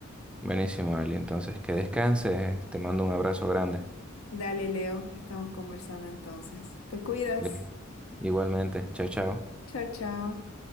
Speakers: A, in the centre; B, on the left.
A: Buenísimo, Ali. Entonces, que descanses. Te mando un abrazo grande.
B: Dale, Leo, estamos conversando entonces. Te cuidas.
A: Li- Igualmente. Chao, chao.
B: Chao, chao.